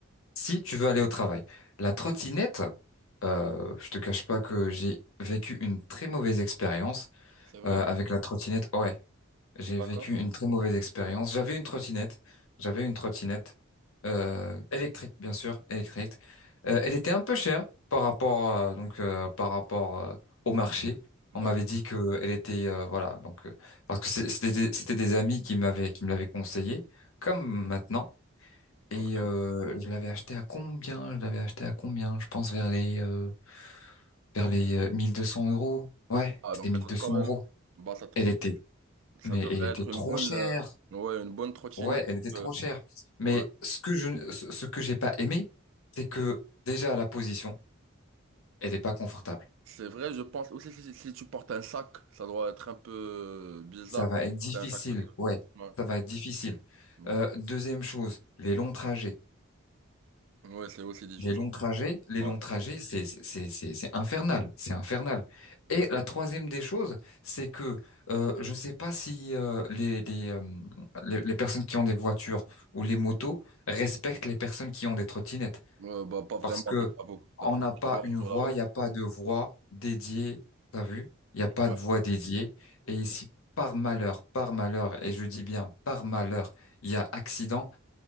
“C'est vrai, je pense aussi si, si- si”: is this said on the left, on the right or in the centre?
Right